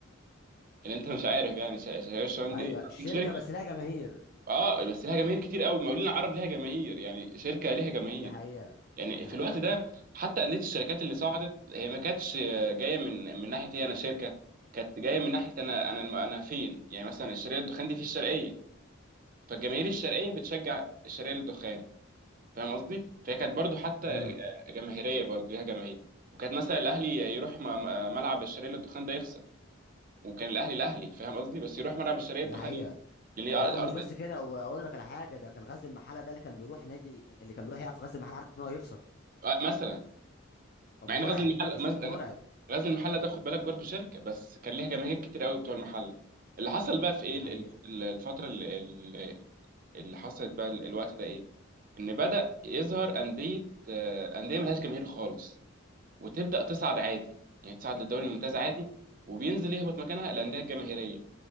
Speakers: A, on the right (about 40°); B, on the left (about 50°).
A: اللي انت مش عارف يعني ش- شرقية للدخان
B: ايوه
A: دي
B: الشركه
A: اصلا شركة
B: بس لها جماهير
A: اه بس لها جماهير كتير قوي المقاولين العرب لها جماهير يعني شركة لها جماهير
B: دي حقيقة
A: يعني
B: دي
A: في
B: حقيقة
A: الوقت ده حتى اندية الشركات اللي صعدت هي ما كانتش جاية من من ناحية ايه انا شركة كانت جاية من ناحية انا انا انا فين يعني مثلا الشرقية للدخان دي في الشرقية فالجماهير الشرقية بتشجع الشرقية للدخان فاهم قصدي فهي كانت برضو حتى
B: امم
A: جماهيريه برضو ليها جماهير وكانت مثلا الاهلي يروح م- م- ملعب الشرقيه للدخان ده يخسر وكان الاهلي الاهلي فاهم قصدي بس يروح ملعب الشرقيه
B: دي
A: للدخان
B: حقيقة
A: يخسر لان هي ارض
B: لا ومش بس كده واقول لك على حاجة ده كان غزل المحلة ده اللي كان بيروح نادي اللي كان بيروح يلعب في غزل المحلة عارف ان هو هيخسر
A: آه، مثلا
B: طب
A: مع
B: مرعب
A: ان غزل المحله
B: استاد
A: مز-
B: مرعب
A: غزل المحله ده خد بالك برضو شركه بس كان ليها جماهير كتير قوي بتوع المحله اللي حصل بقى في ايه
B: ده
A: ال-
B: حقيقة
A: ال- الفتره ال- ال- اللي حصلت بقى ال- الوقت ده ايه ان بدأ يظهر انديه آه، انديه ملهاش جماهير خالص وتبدا تصعد عادي يعني تصعد للدوري الممتاز عادي وبينزل يهبط مكانها الانديه الجماهيريه